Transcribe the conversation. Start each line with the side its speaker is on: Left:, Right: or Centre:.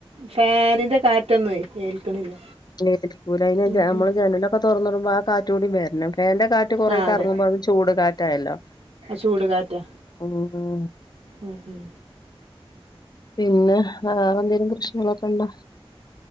Right: ഫാനിന്റെ കാറ്റൊന്നും ഏൽക്കണില്ല
Left: ഇരിക്കൂല അതിന്
Right: ഉം
Left: നമ്മള്
Right: ഉം
Left: ജനല ഒക്കെ തുറന്നുടുമ്പോ ആ കാറ്റ് കൂടി വരണം ഫാന്റെ കാറ്റ് ട്ട് കൊറേ
Right: ആഹ്
Left: ക്കറങ്ങുമ്പോ
Right: അതെ
Left: അത് ചൂട് കാറ്റയാല്ലോ
Right: ചൂട് കാറ്റാ
Left: ഉം
Right: ഉം ഉം
Left: പിന്നെ വേറെ എന്തെേങ്കിലും പ്രശ്നങ്ങളൊക്കെ ഉണ്ടോ